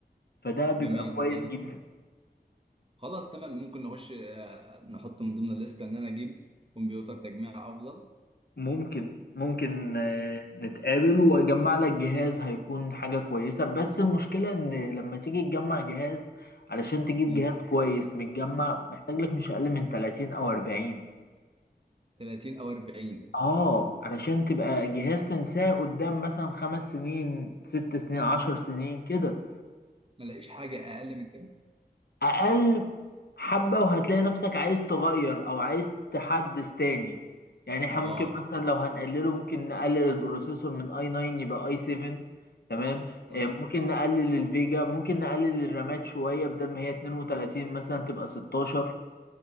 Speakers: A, on the left; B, on the right.
A: فده بيبقى
B: جميل
A: كويس
B: جميل
A: جدا
B: خلاص تمام ممكن نخش آه، نحط من ضمن الليسته ان انا اجيب كمبيوتر تجميع افضل
A: ممكن ممكن آه،
B: م-
A: نتقابل واجمع لك جهاز هيكون حاجة كويسة بس المشكلة ان لما تيجي تجمع جهاز علشان تجيب
B: م.
A: جهاز كويس متجمع محتاج لك مش اقل من 30 او 40
B: 30 او 40
A: اه علشان تبقى جهاز تنساه قدام مثلا خمس سنين ست سنين عشر سنين كده
B: ما الاقيش حاجه اقل من كده
A: اقل حبة وهتلاقي نفسك عايز تغير او عايز تحدث تاني يعني احنا ممكن
B: اه
A: مثلا لو هنقلله ممكن نقلل البروسيسور من اي 9 يبقى اي 7 تمام
B: اه
A: آه، ممكن نقلل الفيجا ممكن نقلل الرامات شوية بدل ما هي 32 مثلا تبقى 16